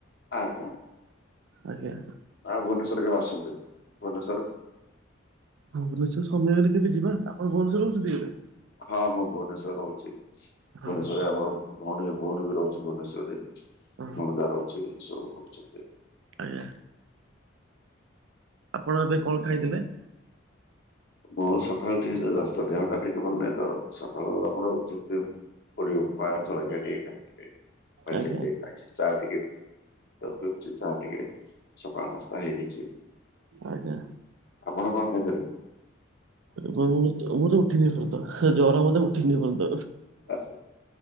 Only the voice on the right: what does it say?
ଆଜ୍ଞା।
ଭୁବନେଶ୍ୱର ସମୟ ହେଲେ କେବେ ଯିବା, ଆପଣ ଭୁବନେଶ୍ୱର ରହୁଛନ୍ତି କି ଏବେ?
ହଁ।
ହଁ
ଆଜ୍ଞା ଆପଣ ଏବେ କଣ ଖାଇଥିଲେ?
ଆଜ୍ଞା
ଆଜ୍ଞା।
ମଁ ତ ଉଠି ନେଇ ଏପରନ୍ତ, ଗରମତ ଉଠିନି ଏ ପରନ୍ତ।